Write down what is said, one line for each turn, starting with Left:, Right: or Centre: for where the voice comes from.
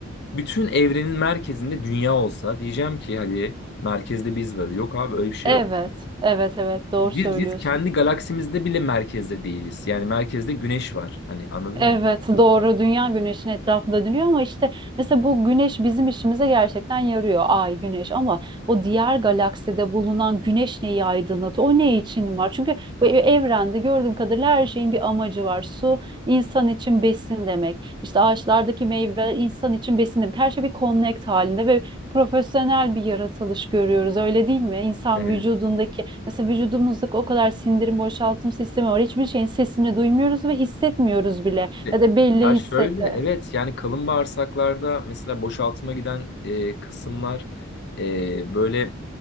Left: bütün evrenin merkezinde dünya olsa diyeceğim ki hadi merkezde biz varız. Yok abi öyle bir şey
Right: evet,
Left: yok.
Right: evet, evet, doğru
Left: Biz,
Right: söylüyorsun.
Left: biz kendi galaksimizde bile merkezde değiliz. Yani merkezde güneş var. Hani anladın
Right: Evet
Left: mı?
Right: doğru dünya güneşin etrafında dönüyor ama işte mesela bu güneş bizim işimize gerçekten yarıyor ay güneş ama o diğer galakside bulunan güneş neyi aydınlatıyor o ne için var çünkü bu e- evrende gördüğüm kadarıyla her şeyin bir amacı var su insan için besin demek işte ağaçlardaki meyveler insan için besin demek her şey bir connect halinde ve profesyonel bir yaratılış görüyoruz öyle değil mi İnsan
Left: Evet.
Right: vücudundaki Mesela vücudumuzdaki o kadar sindirim boşaltım sistemi var. Hiçbir şeyin sesini duymuyoruz ve hissetmiyoruz bile
Left: Ve-
Right: ya da belli
Left: Ya şöyle
Right: hissetler.
Left: evet yani kalın bağırsaklarda mesela boşaltıma giden e, kısımlar e, böyle